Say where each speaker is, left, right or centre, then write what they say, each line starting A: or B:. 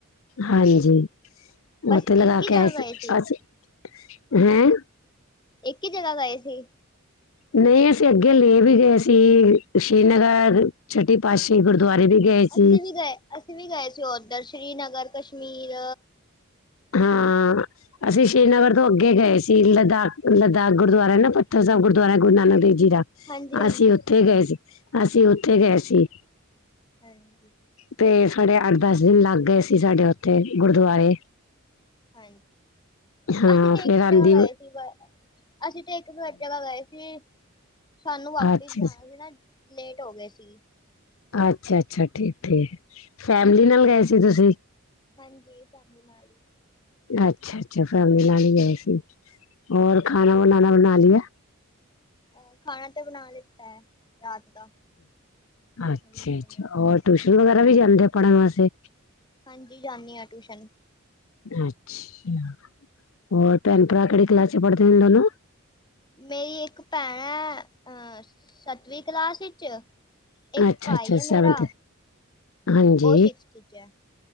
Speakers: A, on the left; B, on the left.
A: ਹਾਂਜੀ,
B: ਬਸ
A: ਓਥੇ ਲਗਾ
B: ਇੱਕ ਹੀ
A: ਕੇ
B: ਜਗ੍ਹਾ
A: ਆਏ
B: ਗਏ
A: ਸੀ ਅਸੀਂ, ਹੈਂ?
B: ਇੱਕ ਈ ਜਗਾ ਗਏ ਸੀ।
A: ਨਈਂ ਅਸੀਂ ਅੱਗੇ ਲੈ ਵੀ ਗਏ ਸੀ ਸ਼੍ਰੀਨਗਰ, ਛੱਟੀ ਪਾਤਸ਼ਾਹੀ ਗੁਰਦੁਆਰੇ ਵੀ ਗਏ ਸੀ
B: ਅਸੀਂ ਵੀ ਗਏ, ਅਸੀਂ ਵੀ ਗਏ ਸੀ ਓਦਰ ਸ਼੍ਰੀਨਗਰ, ਕਸ਼ਮੀਰ
A: ਹਾਂ, ਅਸੀਂ ਸ਼੍ਰੀਨਗਰ ਤੋਂ ਅੱਗੇ ਗਏ ਸੀ ਲਦਾਖ ਲਦਾਖ ਗੁਰਦੁਆਰਾ ਐ ਨਾ ਪੱਥਰ ਸਾਬ ਗੁਰਦੁਆਰਾ ਗੁਰੂ ਨਾਨਕ ਦੇਵ ਜੀ ਦਾ,
B: ਹਾਂਜੀ ਹਾਂਜੀ
A: ਅਸੀਂ ਓ ਓਥੇ ਗਏ ਸੀ, ਅਸੀਂ ਓਥੇ ਗਏ ਸੀ।
B: ਹਾਂਜੀ।
A: ਤੇ ਸਾਡੇ ਅੱਠ-ਦਸ ਦਿਨ ਲੱਗ ਗਏ ਸੀ ਸਾਡੇ ਓਥੇ ਗੁਰਦੁਆਰੇ।
B: ਹਾਂਜੀ,
A: ਹਾਂ
B: ਅਸੀਂ ਤੇ
A: ਫੇਰ
B: ਇੱਕ
A: ਆਂਦੀ
B: ਜਗਾ ਗਏ ਸੀ ਬ ਅਸੀਂ ਤੇ ਇੱਕ ਜਗਾ ਗਏ ਸੀ ਸਾਨੂੰ ਵਾਪਿਸ
A: ਅੱਛਾ
B: ਜਾਣਾ ਸੀ ਨਾ ਲੇਟ ਹੋ ਗਏ ਸੀ।
A: ਅੱਛਾ-ਅੱਛਾ ਠੀਕ-ਠੀਕ, ਫੈਮਲੀ ਨਾਲ ਗਏ ਸੀ ਤੁਸੀਂ?
B: ਹਾਂਜੀ ਫੈਮਲੀ ਨਾਲ ਈ।
A: ਅੱਛਾ-ਅੱਛਾ ਫੈਮਲੀ ਨਾਲ ਈ ਗਏ ਸੀ, ਹੋਰ ਖਾਨਾ-ਬਨਾਨਾ ਬਨਾ ਲੀਆ?
B: ਐ ਖਾਣਾ ਤਾਂ ਬਣਾ ਲਿੱਤਾ ਐ ਰਾਤ। ਦਾ
A: ਅੱਛਾ-ਅੱਛਾ
B: ਮੇਰੀ ਮੰਮੀ ਨੇ
A: ਔਰ ਟਿਊਸ਼ਨ ਵਗੈਰਾ ਵੀ ਜਾਂਦੇ ਓ ਪੜਨ ਵਾਸਤੇ?
B: ਹਾਂਜੀ ਜਾਨੀ ਆ ਟੂਸ਼ਨ।
A: ਅੱਛਿਆ, ਹੋਰ ਭੈਨ-ਭਰਾ ਕੇੜੀ ਕਲਾਸ ਚ ਪੜਦੇ ਨੇ ਦੋਨੋ?
B: ਮੇਰੀ ਇੱਕ ਭੈਣ ਐ ਅ ਸੱਤਵੀਂ ਕਲਾਸ ਵਿੱਚ ਇੱਕ
A: ਅੱਛਾ
B: ਭਾਈ
A: ਅੱਛਾ
B: ਐ ਮੇਰਾ,
A: ਸੈਵਨਥ ਹਾਂਜੀ
B: ਓ ਸਿਕਸਥ ਚ ਏ।